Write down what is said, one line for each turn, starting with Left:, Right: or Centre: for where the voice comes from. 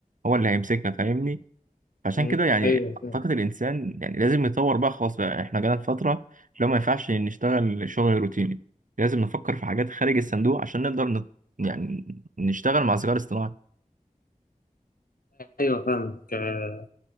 Right: هو اللي هيمسكها فاهمني فعشان
Left: مم.
Right: كده يعني
Left: ايوه
Right: اعتقد
Left: فاهم
Right: الانسان يعني لازم يطور بقى خلاص بقى احنا جانا في فتره لو ما ينفعش نشتغل شغل روتيني لازم نفكر في حاجات خارج الصندوق عشان نقدر نت... يعني نشتغل مع الذكاء الاصطناعي
Left: ايوه فاهمك آه،